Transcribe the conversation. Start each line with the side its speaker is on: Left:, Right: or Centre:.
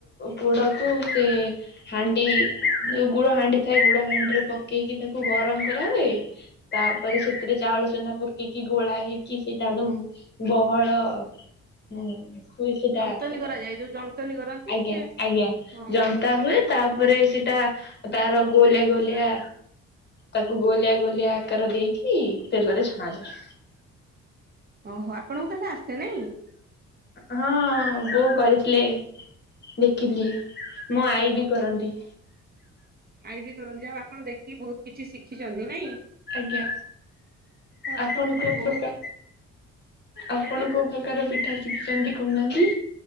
Left: ଗୁଡ କୁ ସେ ହାଣ୍ଡି ଯଉ ଗୁଡ ହାଣ୍ଡି ଥାଏ ଗୁଡ ହାଣ୍ଡି ରେ ପକେଇକି ତାକୁ ଗରମ କରାହୁଏ। ତାପରେ ସେଥିରେ ଚାଉଳ ଚୁନା ପକେଇକି ଗୋଳା ହେଇକି ସେଇଟା ଗୋଟେ ବହଳ ହୁଁ। ହୁଏ ସେଟା।
Right: ଜନ୍ତନୀ କରାଯାଏ ଯୋଉ ଜନ୍ତନୀ କରନ୍ତି
Left: ଆଜ୍ଞା
Right: ସେ
Left: ଆଜ୍ଞା
Right: ହଁ
Left: ଜନ୍ତା ହୁଏ ତା ପରେ ସେଟା ତାର ଗୋଲିଆ ଗୋଲିଆ ତାକୁ ଗୋଲିଆ ଗୋଲିଆ ଆକାର ଦେଇକି ତେଲରେ ଛଣାଯାଏ।
Right: ଓହୋ ଆପଣଙ୍କୁ ତାହଲେ ଆସେ ନାଇଁ?
Left: ହଁ ବୋଉ କରିିଥିଲେ। ଦେଖିଥିଲି। ମୋ ଆଈ ବି କରନ୍ତି।
Right: ଆଇ ବି କରନ୍ତି। ଯାହା ଆଉ ଆପଣ ଦେଖିକି ବହୁତ କିଛି ଶିଖିଛନ୍ତି ନାଇଁ?
Left: ଆଜ୍ଞା
Right: ଆଉ
Left: ଆପଣ
Right: ଆପଣଙ୍କ ଥିରୁ
Left: କୋଉ
Right: ବହୁତ
Left: ପ୍ରକା ଆପଣ
Right: ଆଜ୍ଞା
Left: କୋଉ ପ୍ରକାର ପିଠା ଶିଖିଛନ୍ତି କହୁନାହାନ୍ତି?